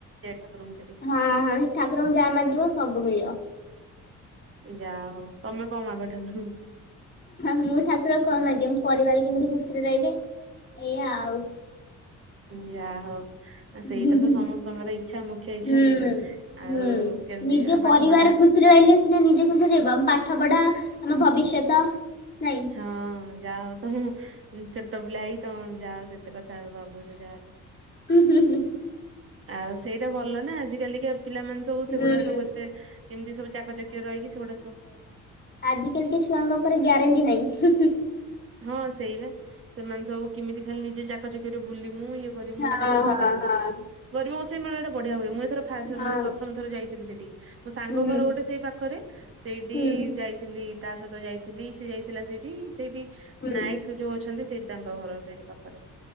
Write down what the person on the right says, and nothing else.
ଠାକୁରଙ୍କୁ ସେଠି
ଯାହା ହଉ, ତମେ କଣ ମାଗ ଠାକୁରଙ୍କୁ?
ଯା ହଉ
ସେଇଟା ତ ସମସ୍ତଙ୍କର ଇଚ୍ଛା ମ ଗୋଟେ ଇଚ୍ଛା
ସେଇଟା
ଆଉ କେମିତି
ପାଠ ପଢା
ହଁ ଯା ହ ତମ ଛୋଟ ପିଲା ହେଇ ତମ ଯା ସେତେ କଥା ଭାବୁଛ ଯା
ଆଉ ସେଇଟା ଭଲ ନା ଆଜିିକାଲିକା ପିଲାମାନେ ସବୁ ସେଗୁଡା
ସବୁ ଏତେ କେମିତି ସବୁ ଚାକଚକି ରହିକି ସେଗୁଡା ସବୁ
ହଁ ସେଇ ବା ସେମାନେ ସବୁ କେମିତି ଖାଲି ନିଜେ ଚାକଚକିଆ ରେ ବୁଲି ମୁଁ କରିମୁଁ
ସେ କଥା
ସବୁଆଡେ।
ଗରିବ ଔଷମେଳାଟା ବଢିଆ ହୁଏ ମୁଁ ଏଇଥର
ମାନେ ପ୍ରଥମ ଥର ଯାଇଥିଲ ସେଠି। ମୋ ସାଙ୍ଗ
ଘର ଗୋଟେ ସେଇ ପାଖରେ। ସେଇଠି
ଯାଇ ଥିଲି ତା ସହିତ ଯାଇଥିଲି ସିଏ ଯାଇଥିଲା ସେଇଠି-ସେଇଠି
ନାୟକ ଯୋଉ ଅଛନ୍ତି ସେଇଠି। ତାଙ୍କ ଘର ସେଇଠି ପାଖରେ।